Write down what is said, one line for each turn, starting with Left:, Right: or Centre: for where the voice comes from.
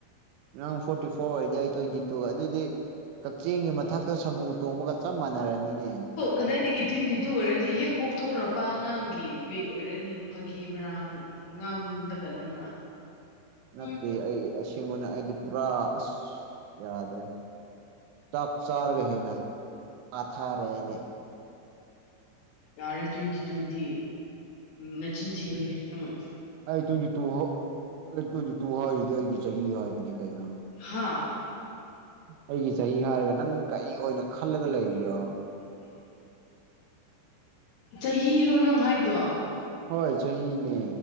Right: ꯅꯥꯡ ꯐꯣꯔꯇꯤ ꯐꯣꯔ ꯑꯣꯏꯔꯗꯤ ꯑꯩ ꯇ꯭ꯋꯦꯟꯇꯤ ꯇꯨ ꯑꯗꯨꯗꯤ ꯀꯛꯆꯤꯡꯒꯤ ꯃꯊꯛꯇ ꯁꯃꯨ ꯇꯣꯡꯕꯒ ꯆꯞ ꯃꯥꯟꯅꯔꯅꯤꯅꯦ
Left: ꯀꯗꯥꯅꯤ ꯇ꯭ꯋꯦꯟꯇꯤ ꯇꯨ ꯑꯣꯏꯔꯗꯤ ꯍꯦꯛ ꯄꯣꯛꯊꯣꯔꯛꯄ ꯑꯉꯥꯡꯒꯤ ꯋꯦꯠ ꯑꯣꯏꯔꯅꯤ ꯐꯥꯒꯤ ꯕꯔꯥꯡ ꯉꯥꯡꯂꯒ ꯅꯪꯅ
Right: <inaudible> ꯅꯠꯇꯦ
Left: ꯎꯝ
Right: ꯑꯩ ꯑꯁꯦꯡꯕꯅ ꯑꯩꯗꯤ ꯄꯨꯔꯥ ꯑꯁ ꯌꯥꯗ꯭ꯔꯦ ꯆꯛꯆꯔꯒ ꯍꯦꯅ ꯄꯥꯊꯥꯔꯗꯦ
Left: ꯌꯥꯔꯦ ꯇ꯭ꯋꯦꯟꯇꯤ ꯇꯨꯗꯤ ꯅꯆꯤꯟ ꯊꯤꯕꯅꯦ ꯑꯗꯨ
Right: ꯑꯩ ꯇꯨꯡ ꯇꯨ ꯑꯩ ꯇꯨꯡꯁꯨ ꯇꯨ ꯍꯥꯏꯔꯤꯗꯤ ꯑꯩꯒꯤ ꯆꯍꯤ ꯍꯥꯏꯕꯅꯤ ꯀꯩꯔꯥ
Left: ꯍꯥ
Right: ꯑꯩꯒꯤ ꯆꯍꯤ ꯍꯥꯏꯔꯒ ꯅꯪ ꯀꯔꯤ ꯑꯣꯏꯅ ꯈꯜꯂꯒ ꯂꯩꯔꯤꯔꯣ
Left: <inaudible> ꯆꯍꯤꯔꯣ ꯅꯪ ꯍꯥꯏꯗꯣ
Right: ꯍꯣꯏ ꯆꯍꯤꯅꯦ